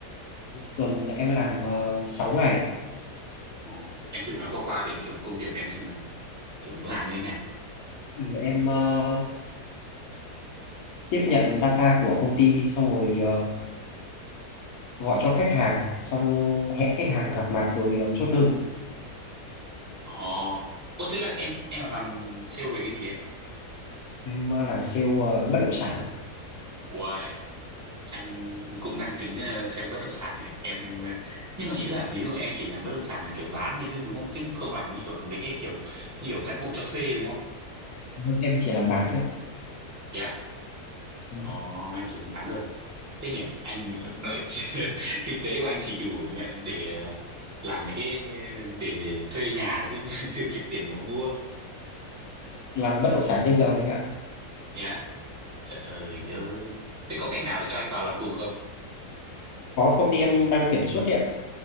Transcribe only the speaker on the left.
Tuần em làm uh, 6 ngày ạ.
Thì em ờ, tiếp nhận data của công ty xong rồi ờ, gọi cho khách hàng xong hẹn khách hàng gặp mặt rồi ờ, chốt đơn
em ờ, làm sale ờ, bất động sản ạ.
Vâng, em chỉ làm bán thôi ạ
Ừ.
làm bất động sản trên giờ anh ạ
có công ty em đang tuyển suốt đấy ạ